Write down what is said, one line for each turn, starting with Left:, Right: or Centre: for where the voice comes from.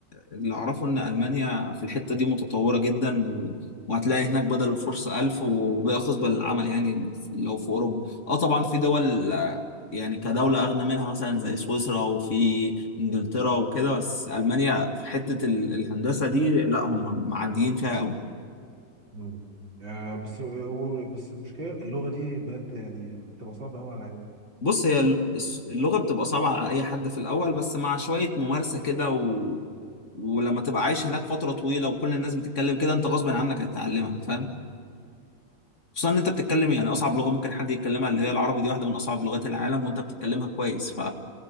Left: اللي أعرفه إن ألمانيا في الحتة دي متطورة جدا و... وهتلاقي هناك بدل الفرصة ألف وباقي خصبة للعمل يعني في- لو في أوروبا أه طبعا في دول آه، يعني كدولة أغنى منها مثلا زي سويسرا وفي إنجلترا وكده بس ألمانيا في حتة ال- الهندسة دي لا هم معديين فيها أوي
Right: مم. آه بس بس المشكلة اللغة دي بجد يعني بتبقى صعبة قوي عليا
Left: بص هي الس- اللغة بتبقى صعبة على أي حد في الأول بس مع شوية ممارسة كده و... ولما تبقى عايش هناك فترة طويلة وكل الناس بتتكلم كده أنت غصب عنك هتتعلمها فاهم خصوصا إن أنت بتتكلم يعني أصعب لغة ممكن حد يتكلمها اللي هي العربي دي واحدة من أصعب لغات العالم وأنت بتتكلمها كويس ف